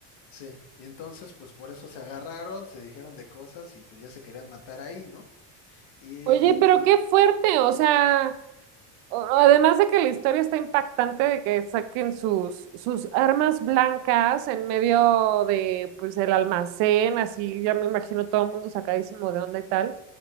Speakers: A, on the left; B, on the right.
A: Sí, y entonces pues por eso se agarraron, se dijeron de cosas y pues ya se querían matar ahí, ¿no? Y,
B: Oye, pero
A: y,
B: qué fuerte, o sea, o- además de que la historia está impactante de que saquen sus, sus armas blancas en medio de, pues, el almacén, así ya me imagino todo el mundo sacadísimo de onda y tal,